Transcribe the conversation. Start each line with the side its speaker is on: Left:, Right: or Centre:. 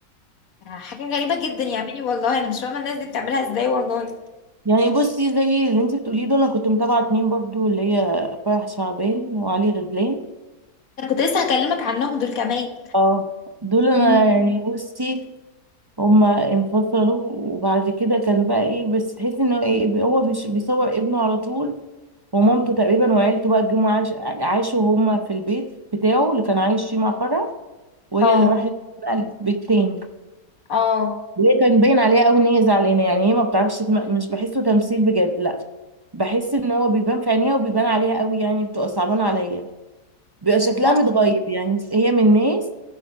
Left: حاجة غريبة جدا يا عمي والله أنا مش فاهمة الناس دي بتعملها إزاي والله
Right: يعني بصي زي اللي انت بتقوليه دول انا كنت متابعه اتنين برضو اللي هي فرح شعبان وعلي غزلان
Left: أنا كنت لسه هكلمك عنهم دول كمان
Right: اه دول انا
Left: مم.
Right: يعني بصي هما انفصلوا وبعد كده كان بقى ايه بس تحسي انه ايه هو بيش- بيصور ابنه على طول ومامته تقريبا وعيلته بقى جم عاش عاشوا هما في البيت بتاعه اللي كان عايش فيه مع فرح وهي
Left: اه
Right: اللي راحت بقى البيت تاني
Left: اه
Right: وهي كان باين عليها قوي ان هي زعلانه يعني هي ما بتعرفش تم- مش بحسه تمثيل بجد لا بحس ان هو بيبان في عينيها وبيبان عليها قوي يعني بتبقى صعبانه عليا بيبقى
Left: بالظبط
Right: شكلها متغير يعني هي من الناس